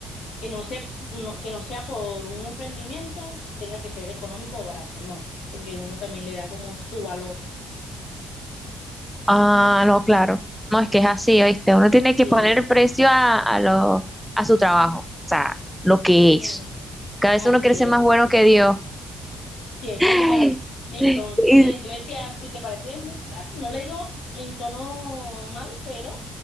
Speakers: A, on the left; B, in the centre.
A: Que no se, no- que no sea por un emprendimiento, tenga que ser económico o barato, no, porque uno también le da como su valor.
B: Ah, no, claro. No, es que es así, ¿oíste? Uno tiene que
A: Sí.
B: poner precio a, a lo, a su trabajo, o sea, lo que
A: Ujú.
B: es. Que a veces
A: Así
B: uno quiere ser
A: es.
B: más bueno que Dios.
A: Sí, es
B: <laughs>
A: verdad. Entonces
B: Y-
A: yo decía, si te parece muy caro, no le digo en tono mal, pero